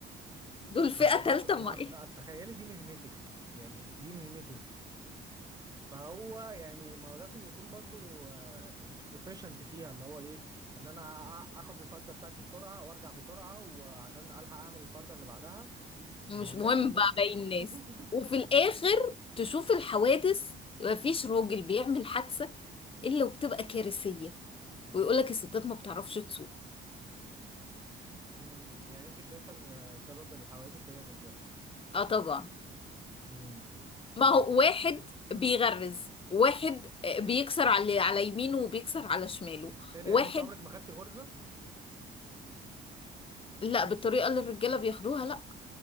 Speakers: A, on the left; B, on the right.
A: دول فئة
B: ما انت أص...
A: تالتة
B: ما
A: معايا
B: أص... تخيلي دي مهنتك يعني دي مهنته فهو يعني ما هو لازم يكون برضو آه، يعني efficient فيها اللي هو ايه ان انا أ- اخد الفردة بتاعتي بسرعة وارجع بسرعة وعشان الحق اعمل الفردة اللي بعدها
A: مش
B: ما هو لازم
A: مهم
B: برضو
A: بقى باقي الناس
B: <laughs>
A: وفي الآخر تشوف الحوادث مفيش راجل بيعمل حادثة إلا وبتبقى كارثية ويقولك الستات ما بتعرفش تسوق
B: امم يعني انت شايفة ان سبب الحوادث هي الرجالة
A: اه طبعا
B: امم
A: ما هو واحد بيغرز واحد بيكسر على على يمينه وبيكسر على شماله
B: ايه ده
A: واحد
B: يعني انت عمرك ما خدتي غرزة
A: لا بالطريقة اللي الرجالة بياخدوها